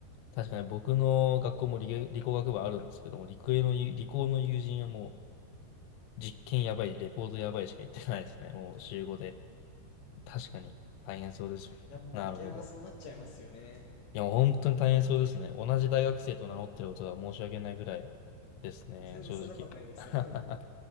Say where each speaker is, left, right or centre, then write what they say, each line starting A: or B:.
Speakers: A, on the left (about 85°); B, on the left (about 55°).
A: 確かに僕の学校も理、理工学部あるんですけども、理系の友理工の友人はもう実験やばい、レポートやばいしか言ってないですね。もう週5で。確かに大変そうですよね。
B: やっぱ理系はそうなっちゃいますよね。
A: なるほど。いや、もう本当に大変そうですね。同じ大学生と名乗ってることが申し訳ないぐらいですね、
B: 全然そんなことないですよ
A: 正直。<laughs>
B: <laughs>